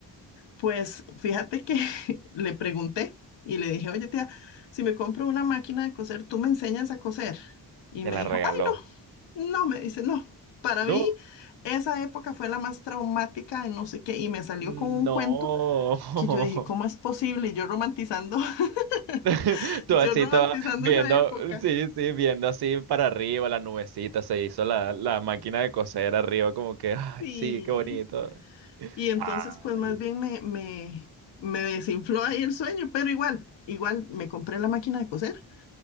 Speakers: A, on the left; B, on the right.
A: Pues fíjate que <laughs> le pregunté y le dije, oye tía, si me compro una máquina de coser, ¿tú me enseñas a coser? Y
B: te
A: me
B: la
A: dijo,
B: regaló.
A: ay, no. No, me dice, no. Para
B: No,
A: mí, esa época fue la más traumática de no sé qué. Y me salió
B: no.
A: con un cuento que yo dije,
B: <laughs>
A: ¿cómo es posible? Y yo romantizando, <laughs>
B: <laughs> Tú
A: yo
B: así,
A: romantizando
B: toda viendo,
A: esa época.
B: sí, sí, viendo así para arriba la nubecita, se hizo la, la máquina de coser arriba como que, ay,
A: Y,
B: sí, qué bonito.
A: y entonces,
B: Ay.
A: pues más bien me, me, me desinfló ahí el sueño, pero igual, igual me compré la máquina de coser